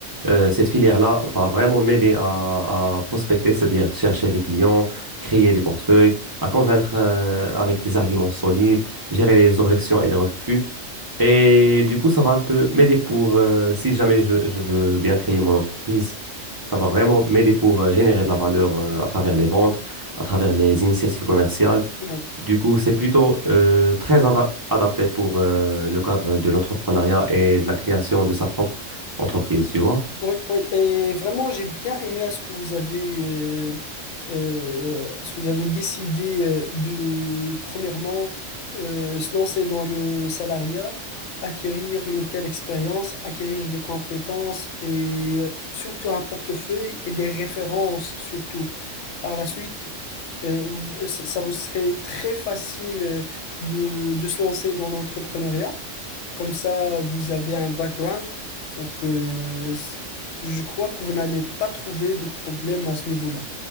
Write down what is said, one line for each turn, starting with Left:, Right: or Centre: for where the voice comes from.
Right: Euh, cette filière-là va vraiment m'aider à, à prospecter, c'est-à-dire chercher des clients, créer des portefeuilles, à convaincre euh, avec des arguments solides, gérer les objections et les refus. Et du coup, ça va un peu m'aider pour, euh, si jamais je, je veux bien créer mon entreprise, ça va vraiment m'aider pour euh, générer de la valeur euh, à travers les ventes, à travers les initiatives commerciales.
Left: Oui,
Right: Du coup, c'est plutôt euh, très ada- adapté pour euh, le cadre de l'entrepreneuriat et de la création de sa propre entreprise, tu vois.
Left: oui, oui. Et vraiment, j'ai bien aimé à ce que vous avez, euh, euh, à ce que vous avez décidé euh, de, premièrement, euh, se lancer dans le salariat, acquérir une telle expérience, acquérir des compétences et euh, surtout un portefeuille et des références surtout. Par la suite, euh, vous- euh, ça ça vous serait très facile euh, de, de se lancer dans l'entrepreneuriat. Comme ça, vous avez un background. Donc, euh, s- je crois que vous n'allez pas trouver de problème à ce niveau-là.